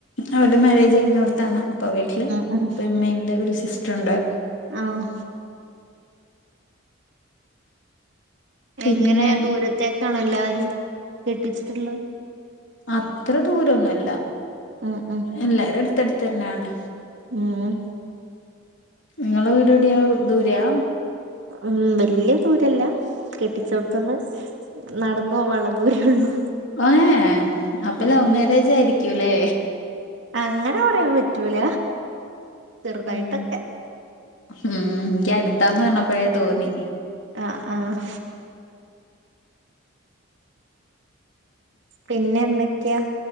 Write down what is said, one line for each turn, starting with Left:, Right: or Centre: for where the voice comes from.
Left: അവരു മാരേജ് കഴിഞ്ഞ ഒടത്താണ് ഇപ്പ വീട്ടില്
Right: ഉം ഉം
Left: ഉപ്പമ്മേണ്ട് ഒരു സിസ്റ്റർ ഒണ്ട്
Right: ആഹ്
Left: പിന്നെ
Right: എങ്ങനെ ദൂരത്തെക്കാണോ എല്ലാരും കെട്ടിച്ചിട്ടുള്ളത്
Left: അത്ര ദൂരൊന്നുമല്ല
Right: ഉം ഉം
Left: എല്ലാരും അടുത്ത് അടുത്ത് തന്നെയാണ്
Right: ഉം
Left: നിങ്ങളെ വീട് എവിടെയാ ദൂരയാ
Right: ഉം വലിയ ദൂരല്ല കെട്ടിച്ചിട്ത്തുന്ന് നടന്നു പോകാനുള്ള ദൂരേ ഉള്ളൂ
Left: ഒ ഏഹ് അപ്പൊ
Right: ഉം
Left: ലൗ മാരേജ് ആയിരിക്കൂല്ലേ
Right: അങ്ങനെ പറയാൻ പറ്റൂല ചെറുതായിട്ടൊക്കെ
Left: ഉം ഉം എനിക്ക് അടുത്താന്ന് പറഞ്ഞപ്പോഴേ തോന്നി
Right: ആഹ് ആഹ് പിന്നെ എന്തൊക്കെയാ